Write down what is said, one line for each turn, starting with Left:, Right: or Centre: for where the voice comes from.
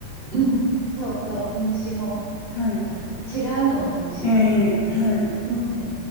Right: うん。そうそう。楽しも
Left: はい。
Right: う。なんか、違うのを楽しむみたいなね。
Left: ええ、はい。
Right: うん。